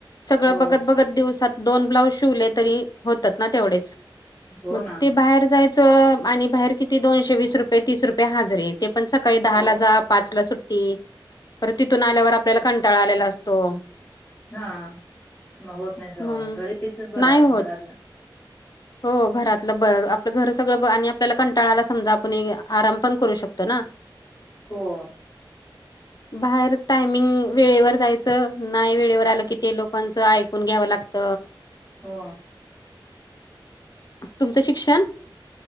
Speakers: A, on the left (about 50°); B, on the left (about 30°).
A: सगळं
B: हो
A: बघत बघत दिवसात दोन ब्लाऊज शिवले तरी होतात ना तेवढेच.
B: हो
A: मग
B: ना
A: ते बाहेर जायचं, आणि बाहेर किती दोनशे वीस रुपये तीस रुपये हजर आहेत. ते पण सकाळी दहा
B: हो
A: ला जा पाच ला सुट्टी, पर तिथून आल्यावर आपल्याला. तळा आलेला असतो.
B: हा मग होत नाही सगळं
A: म्हणून
B: घरीच बरं
A: नाही होत
B: घरातलं.
A: हो घरातलं ब आप घर सगळं, आणि आपल्याला कंटाळाला समजा, आपण आराम पण करू शकतो ना.
B: हो.
A: बाहेर टायमिंग वेळेवर जायचं. नाही वेळेवर आलं की ते लोकांच ऐकून घ्याव लागत.
B: हो
A: तुमचं शिक्षण.